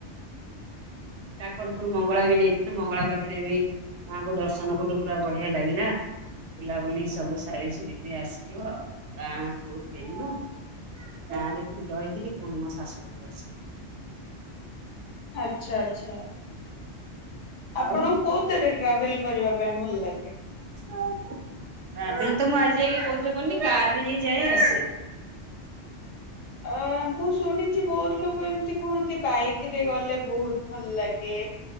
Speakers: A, on the right; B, on the left.
A: କାକଟ ପୁର ମଙ୍ଗଳା ବି ଯାଇଥିଲୁ ମଙ୍ଗଳା ପାଖରେ ବି ମାଆଙ୍କୁ ଦର୍ଶନ କଲୁ ପୁରା ବଡ଼ିଆ ଲାଗିଲା। ବୁଲାବୁଲି ସବୁ ସାରି ସୂରିକରି ଆସିଲୁ ଆଉ ଗାଁକୁ ଗଲୁ। ଗାଁରେ ପୁଣି ରହିକିରି ପୁଣି ମୋ ଶାଶୁ ଘରକୁ
B: ଆଚ୍ଛା ଆଚ୍ଛା
A: ଆଉ
B: ଆପଣ କୋଉଥିରେ ଟ୍ରାଭେଲ କରିବା ପାଇଁ ଭଲ ଲାଗେ।
A: ଟ୍ରାଭେଲ ତ ମୁଁ ଆଜି ଯାକେ କୋଉଥିରେ କରିନି, କାରରେ ହିଁ ଯାଏ ଆସେ।
B: ହଁ ମୁଁ ଶୁଣିଚି ବହୁତ ଲୋକ ଏମିତି କୁହନ୍ତି ବାଇକ ରେ ଗଲେ ବହୁତ ଭଲ ଲାଗେ।